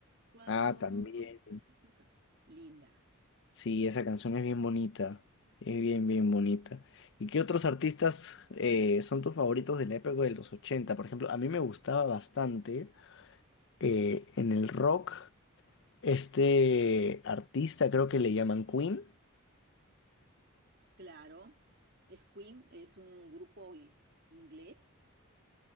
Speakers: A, on the right; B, on the left.
A: Cuando
B: Ah, también.
A: nos volvamos a encontrar. Linda.
B: Sí, esa canción es bien bonita, es bien, bien bonita. ¿Y qué otros artistas eh, son tus favoritos de la época de los ochenta, Por ejemplo, a mí me gustaba bastante eh, en el rock este artista, creo que le llaman Queen.
A: Claro. Es Queen, es un grupo i- inglés